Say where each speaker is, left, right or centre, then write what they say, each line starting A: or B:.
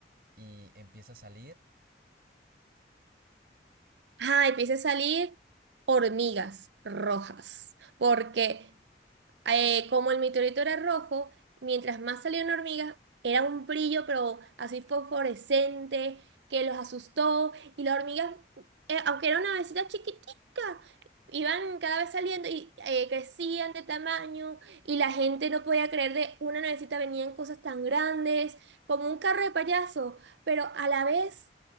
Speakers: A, on the right; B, on the right.
A: y empieza a salir.
B: Ajá, empieza a salir hormigas rojas, porque Eh, como el meteorito era rojo, mientras más salían hormigas, era un brillo, pero así fosforescente, que los asustó. Y las hormigas, eh, aunque era una avecita chiquitica, iban cada vez saliendo y eh, crecían de tamaño. Y la gente no podía creer de una navecita venían cosas tan grandes, como un carro de payaso. Pero a la vez